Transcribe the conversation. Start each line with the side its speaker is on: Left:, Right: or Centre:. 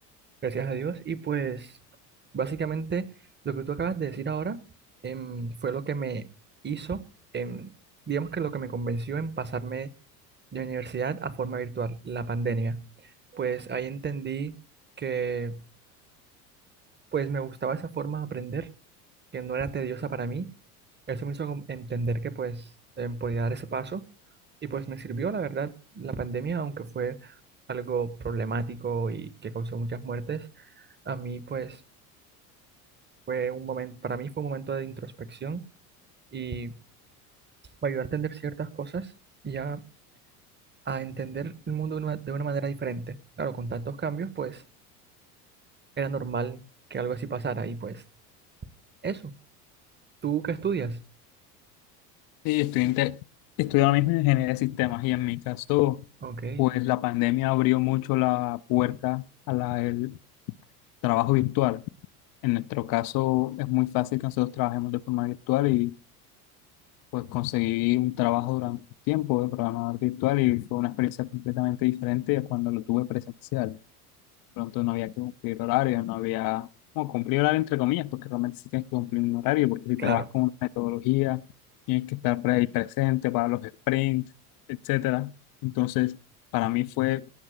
Right: gracias a Dios. Y pues básicamente lo que tú acabas de decir ahora em, fue lo que me hizo, em, digamos que lo que me convenció en pasarme de universidad a forma virtual, la pandemia. Pues ahí entendí que pues me gustaba esa forma de aprender que no era tediosa para mí. Eso me hizo como entender que pues eh, podía dar ese paso y pues me sirvió, la verdad, la pandemia, aunque fue algo problemático y que causó muchas muertes, a mí pues fue un momento, para mí fue un momento de introspección y me ayudó a entender ciertas cosas y a, a entender el mundo de una, de una manera diferente. Claro, con tantos cambios pues era normal que algo así pasara y pues eso, ¿tú qué estudias?
Left: Sí, estoy, inte- estoy ahora mismo en ingeniería de sistemas y en mi caso,
Right: Ok,
Left: pues la pandemia abrió mucho la puerta a la- el trabajo virtual. En nuestro caso es muy fácil que nosotros trabajemos de forma virtual y pues conseguí un trabajo durante un tiempo de programador virtual y fue una experiencia completamente diferente a cuando lo tuve presencial pronto no había que cumplir horario, no había, no, cumplir horario entre comillas, porque realmente sí tienes que cumplir un horario, porque si
Right: claro,
Left: trabajas con una metodología, tienes que estar pre- ahí presente para los sprints, etcétera. Entonces, para mí fue